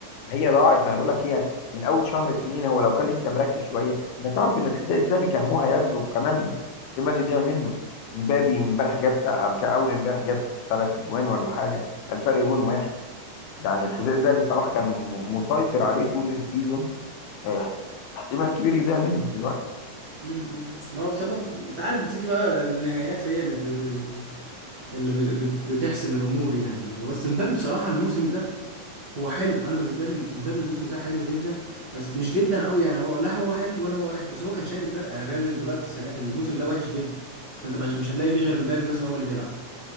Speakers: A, on the left; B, on the right.
A: هي ضاعت ما انا بقول لك هي من اول شهر اتنين هو لو كان لسه مركز شويه انت تعرف ان الحذاء الذهبي كان هو هياخده وكمان احتمال يضيع منه مبابي امبارح جاب تا- كأول امبارح جاب ثلاث اجوان ولا حاجه الفرق جون واحد يعني الحذاء الذهبي صلاح كان م- مسيطر عليه طول السيزون آه، احتمال كبير يضيع منه دلوقتي
B: امم ما هو بسبب أنت عارف بتيجي بقى النهايات هي اللي ب... ب... اللي بت... بت- بتحسم الأمور يعني بس مبابي بصراحة الموسم ده هو حلو انا بالنسبه لي مبابي الموسم ده حلو جدا بس مش جدا قوي يعني هو لا هو حلو ولا هو وحش بس هو كان شايل الفرقه يعني الريال دلوقتي السنه الموسم ده وحش جدا فانت مش مش هتلاقي فيه غير مبابي مثلا هو اللي بيلعب